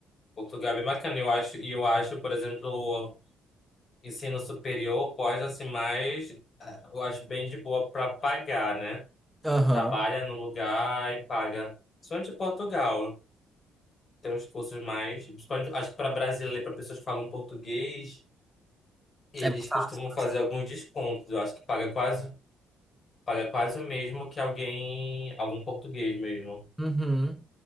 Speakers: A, on the left (about 30°); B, in the centre.
A: Portugal é bem bacana. Eu acho, e eu acho, por exemplo, o ensino superior, pós, assim, mais... eh, Eu acho bem de boa para pagar, né?
B: Aham.
A: Tu trabalha no lugar e paga. Principalmente em Portugal. Tem uns cursos mais... Principalmente, acho que para brasileiro, para pessoas que falam português... Eles
B: É mais fácil.
A: costumam fazer alguns descontos. Eu acho que paga quase, paga quase o mesmo que alguém, algum português mesmo.
B: Uhum.